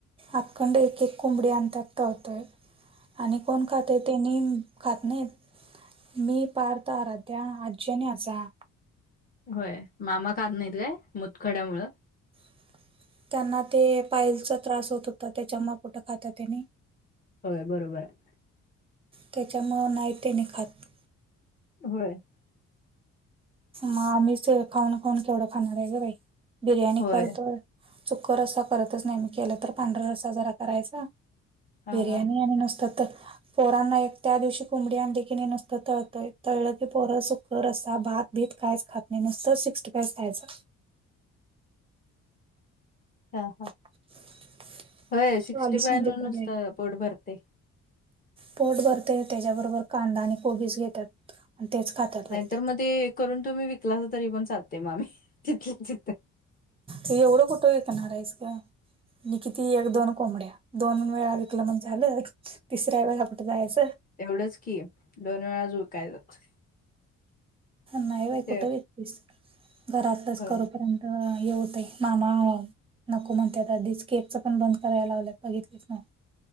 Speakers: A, on the right; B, on the left.
A: अखंड एक एक कोंबडी अंतत टळतय. आणि कोण खाते त्यांनी खात नाहीत मी पार तरराध्या आज्जने आचा
B: होय मामा काात नाहीत काय मुतखड्यामुं
A: <unintelligible> त्यांना ते पायलचा त्रास होत होता त्याच्यामापोटं खाता त्यानी
B: होय बरोबर आहे.
A: त्याच्यामुळं नाही तेने खातं.
B: होय.
A: मग आम्हीच खाऊन खाऊन केवढं खाणार आहे. ग बाई बिर्याणी
B: होय.
A: करतो चुक्क रस्सा करतंच नाही मी केलं तर पांढरा रस्सा जरा करायचा.
B: हां,
A: बिर्याणी
B: हां.
A: आणि नसतात. पोरांना एक त्या दिवशी कोंबडी आणंदखीने नसतं तळतंय तळलं की पोरं सुकर असा भात भीत कायच खात नाही नुसतं सिक्टी फायचं खायचं.
B: हां हां.
A: <unintelligible>
B: होय सिक्स्टी
A: वालीच
B: फाय
A: म्हणजे
B: न
A: करूया
B: नुसतं पोट भरते.
A: पोट भरते त्याच्याबरोबर कांदा आणि कोबीस घेतात. आणि तेच खातात.
B: नाहीतर
A: माहिती
B: मग ते करून तुम्ही विकलास. तरी पण चालते मामी चितलं चित
A: त एवढं कुठं येत न राईस का? न किती एक दोन कोंबड्या दोन वेळा विकलं म्हणजे आलं. तिसऱ्याऐवज आपण जायचं.
B: तेवढंच की दोन वेळा जूळ कायच.
A: नाही बाई
B: ते
A: कुठे वतीस घरातलंच
B: हो,
A: करूपर्यंत अ येवत आहे मामा नको म्हणतेत आधीच केपचं पण बंद करायला लावलं बघितच ना.